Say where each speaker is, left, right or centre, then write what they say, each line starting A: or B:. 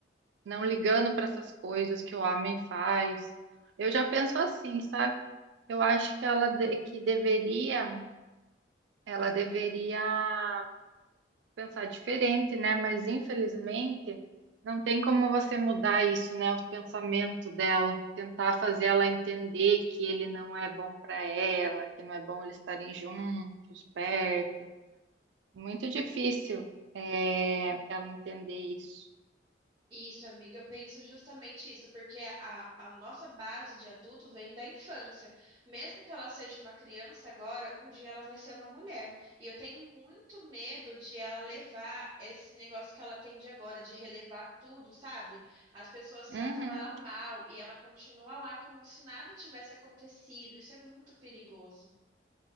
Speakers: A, on the right; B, on the right.
A: não ligando para essas coisas que o homem faz. Eu já penso assim, sabe? Eu acho que ela de- que deveria, ela deveria pensar diferente, né? Mas infelizmente não tem como você mudar isso, né? O pensamento dela, tentar fazer ela entender que ele não é bom para ela, que não é bom eles estarem juntos, perto. Muito difícil é, ela entender isso.
B: Isso, amiga, eu penso justamente isso, porque a, a nossa base de adulto vem da infância. Mesmo que ela seja uma criança agora, um dia ela vai ser uma mulher. E eu tenho muito medo de ela levar esse negócio que ela tem de agora, de relevar tudo, sabe? As pessoas tratam
A: Uhum.
B: ela mal e ela continua lá como se nada tivesse acontecido. Isso é muito perigoso.